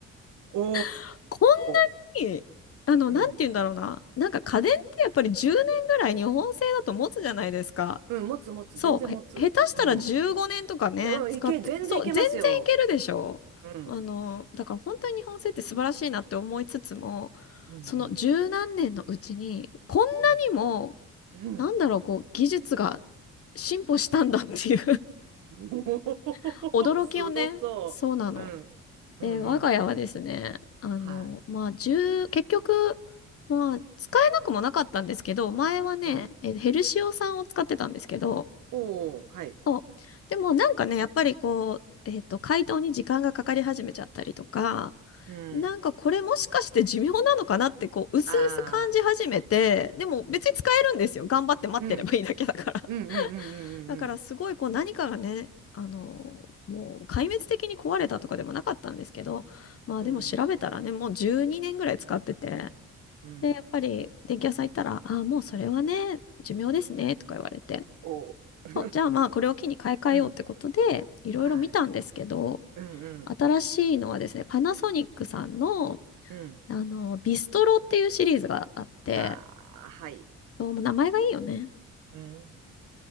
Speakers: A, on the right; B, on the left.
A: お
B: <laughs> こ
A: ー。
B: んに、あの、
A: うん。
B: なんて言うんだろうな。なんか家電ってやっぱり10年ぐらい日本製だと持つじゃないですか。
A: うん、持つ持つ、
B: そう、
A: 全然持つ。
B: へ、下手したら15年とかね、
A: うん。でもいけ、
B: 使って。
A: 全然いけますよ。
B: そう、全然いけるでしょあの、
A: うん。
B: だから本当に日本製って素晴らしいなって思いつつも、
A: うん、
B: その十何年のうちに、
A: うん、
B: こんなにも、
A: うん。うん
B: なんだろう、こう、技術が進歩したんだっていう
A: <laughs> おお、
B: <laughs> 驚きをね、
A: すごそう。
B: そうなの。
A: うん。
B: で、
A: うんうん。
B: 我が家はですね、あの、
A: はい。
B: まあ、1結局、まあ、使えなくもなかったんですけど、前はね、
A: うん。
B: えヘルシオ酸を使ってたんですけど、
A: おお、はい。
B: そう。でもなんかね、やっぱりこう、えっと、解凍に時間がかかり始めちゃったりとか、
A: うん。
B: なんかこれもしかして寿命なのかなって、こう、薄々感じ始めて、
A: ああ、
B: でも別に使えるんですよ。頑張って待ってればいいだけだから。
A: うん。うんうんう
B: だからすごいこう何かがね、
A: んうん
B: あの、もう壊滅的に壊れたとかでもなかったんですけど、まあでも調べたらね、
A: うんうん。
B: もう12年ぐらい使ってて、
A: うん。うん。
B: で、やっぱり電気屋さん行ったら、ああ、もうそれはね、寿命ですね、とか言われて、
A: おお。<laughs>
B: そう、じゃあまあこれを機に買い替えようってことで、
A: うん。
B: いろいろ見たんですけど、
A: はい。うんうん
B: 新しいのはですね、パナソニックさんの、
A: うん。
B: あの、ビストロっていうシリーズがあって、
A: ああはい
B: どうも名前がいいよね。
A: うん。